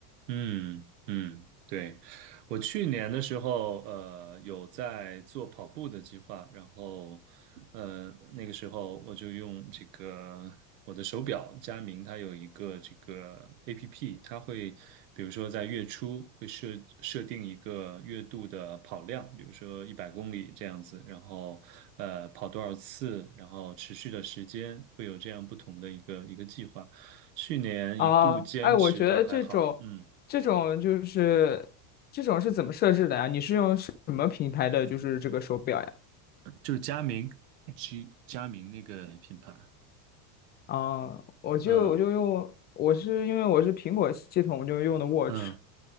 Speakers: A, on the right; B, on the left.
A: 嗯嗯，对，我去年的时候，呃，有在做跑步的计划，然后，呃，那个时候我就用这个我的手表佳明，它有一个这个 APP，它会比如说在月初会设设定一个月度的跑量，比如说一百公里这样子，然后呃跑多少次，然后持续的时间，会有这样不同的一个一个计划。去年一度坚持的还好，
B: 啊，哎，我觉得这种，
A: 嗯。
B: 这种就是这种是怎么设置的呀？你是用什么品牌的就是这个手表呀？
A: 就是佳明，G 佳明那个品牌，
B: 啊，我就我就用，
A: 嗯
B: 我是因为我是苹果系统，我就用的 Watch，
A: 嗯，